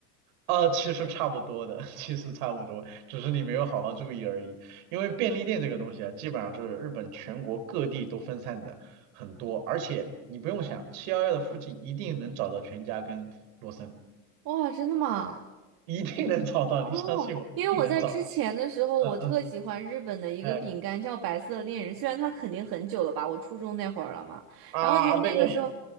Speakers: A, on the right; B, on the right.
A: 呃，其实差不多的，<laughs> 其实差不多，只是你没有好好注意而已。因为便利店这个东西啊，基本上是日本全国各地都分散的很多，而且你不用想，七幺幺的附近一定能找到全家跟罗森，
B: 哇，真的吗？
A: 一定能找到，
B: 哦，
A: 你相信我，
B: 因为我在之前的时候，
A: 一定能找到。嗯嗯，
B: 我特喜欢日本的一个饼干叫白色恋人，
A: 哎
B: 虽然它肯定很久了吧，我初中那会儿了嘛。
A: 啊，
B: 然后就那个时候，
A: 那个，